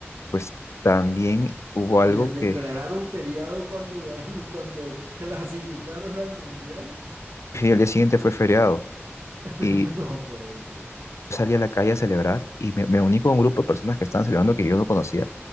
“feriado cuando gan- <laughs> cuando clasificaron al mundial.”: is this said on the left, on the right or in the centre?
Right